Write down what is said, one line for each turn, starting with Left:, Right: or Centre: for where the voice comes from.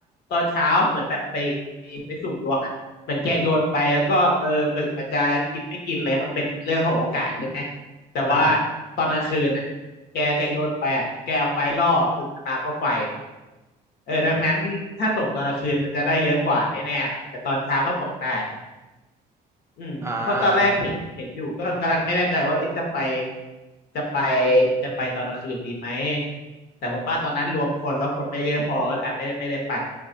Left: ตอนเช้าเหมือนแบบไปไปสุ่มดวงอ่ะเหมือนแกโยนไปแล้วก็เออหมึกมันจะกินไม่กินเลยมันเป็นเรื่องของโอกาสใช่ไหมแต่ว่า
Right: อ่ะฮะ
Left: ตอนกลางคืนอ่ะแกแกโยนไปอ่ะแกเอาไฟล่อหมึกมันมาเพราะไฟเออดังนั้นถ้าตกตอนกลางคืนมันจะได้เยอะกว่าแน่ๆล่ะแต่ตอนเช้าก็ตกได้
Right: อืม
Left: อืมเพราะตอนแรกเห็นเห็นอยู่ก็กำลังไม่แน่ใจว่าเอ๊ะจะไป
Right: อ่าโอเค
Left: จะไปจะไปตอนกลางคืนดีไหมแต่ว่าตอนนั้นรวมคนแล้วคนไม่เยอะพอก็อ่ะไม่ได้ไม่ได้ไป